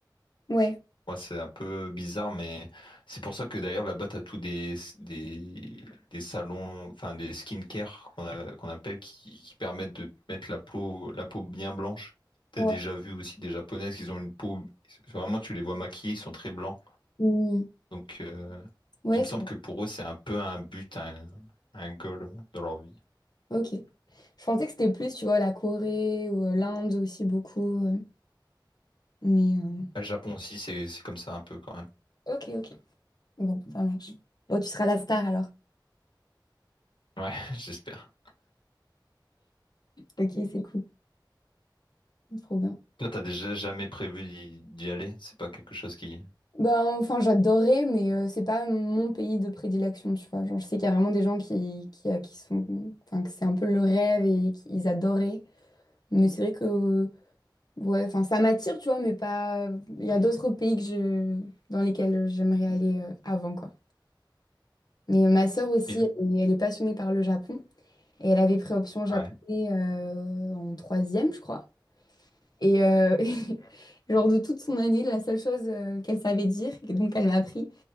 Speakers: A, on the left; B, on the left.
A: Ouais,
B: Moi, c'est un peu bizarre, mais c'est pour ça que d'ailleurs là-bas, t'as tous des, des, des salons, enfin des skincare qu'on a- qu'on appelle qui, qui permettent de te mettre la peau, la peau bien blanche. T'as
A: ouais,
B: déjà vu aussi des japonaises qui ont une peau, vraiment, tu les vois maquillées, ils sont très blancs.
A: Mm.
B: Donc, euh,
A: ouais,
B: il me
A: c'est-
B: semble que pour eux, c'est un peu un but, un, un goal dans leur vie.
A: Ok. Je pensais que c'était plus, tu vois, la Corée ou euh, l'Inde aussi beaucoup. euh, Mais euh,
B: Le Japon aussi, c'est c'est comme ça un peu quand même.
A: ok, ok. Bon, ça marche. Bon, tu seras la star alors.
B: Ouais, <laughs> j'espère.
A: Ok, c'est cool. Trop bien.
B: Toi, t'as déjà jamais prévu d'y d'y aller? C'est pas quelque chose qui.
A: Bah, enfin, j'adorais, mais euh, c'est pas mon pays de prédilection, tu vois. Genre, je sais qu'il y a vraiment des gens qui, qui, euh, qui sont. Enfin, que c'est un peu le rêve et qu'ils adoraient. Mais c'est vrai que. euh, Ouais, enfin, ça m'attire, tu vois, mais pas. Il y a d'autres pays que je... dans lesquels j'aimerais aller euh, avant, quoi. Mais euh, ma sœur aussi,
B: qui-
A: elle est elle est passionnée par le Japon. Et elle avait pris option japonais
B: Ouais.
A: euh, en troisième, je crois. Et euh, <laughs> genre de toute son année, la seule chose euh, qu'elle savait dire, et donc elle m'a appris,